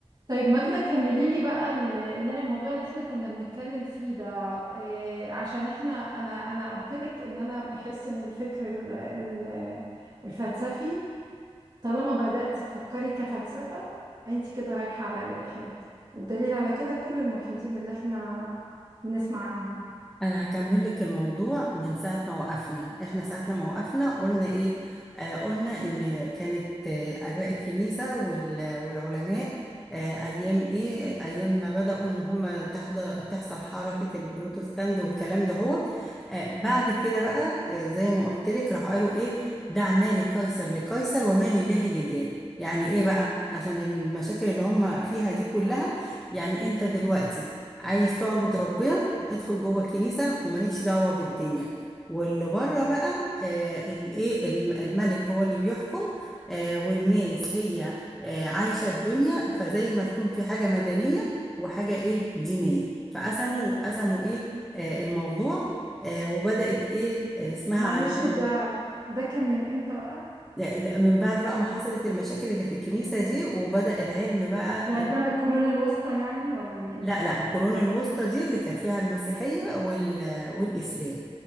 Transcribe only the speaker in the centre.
انا هكمل لك الموضوع من ساعه ما وقفنا احنا ساعه لما وقفنا قلنا ايه آه قلنا ان كانت آه اباء الكنيسه وال- والعلماء آه ايام ايه ايام ما بداوا ان هم تحضر تحصل حركه البروتستانت والكلام ده هو آه بعد كده بقى آه زي ما قلت لك راح قالوا ايه دع ما لقيصر لقيصر وما لله لله يعني ايه بقى عشان المشاكل اللي هم فيها دي كلها يعني انت دلوقتي عايز تعبد ربنا ادخل جوه الكنيسة ومالكش دعوة بالدنيا واللي بره بقى آه الايه الم- الملك هو اللي بيحكم آه والناس هي آه عايشة الدنيا فزي ما تكون في حاجة مدنية وحاجة ايه دينية فقسموا قسموا ايه آه الموضوع آه وبدأت ايه آه اسمها
على المن-
ده- ده من بعد بقى ما حصلت المشاكل اللي في الكنيسة دي وبدأ العلم بقى
لا لا القرون الوسطى دي اللي كانت فيها المسيحية وال... والإسلام